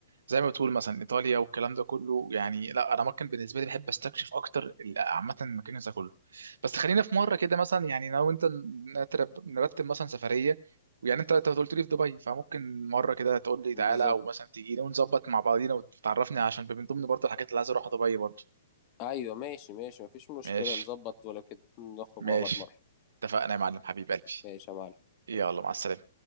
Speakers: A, on the right; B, on the left.
A: زي ما بتقول مثلا ايطاليا والكلام ده كله يعني لا انا ممكن بالنسبه لي بحب استكشف اكتر ال- عامه المكان ده كله بس خلينا في مره كده مثلا يعني لو انت نترب- نرتب مثلا سفريه ويعني انت انت قلت لي في دبي فممكن مره كده تقول لي تعالى
B: بالظبط
A: او مثلا تيجي ونظبط مع بعضينا وتعرفني عشان من ضمن برضه الحاجات اللي عايز اروحها دبي برضه
B: ايوه ماشي ماشي مفيش مشكلة
A: ماشي
B: نظبط ولو كده نخرج
A: ماشي
B: مع بعض مرة
A: اتفقنا يا معلم حبيب قلبي
B: ماشي يا معلم
A: يلا مع السلامة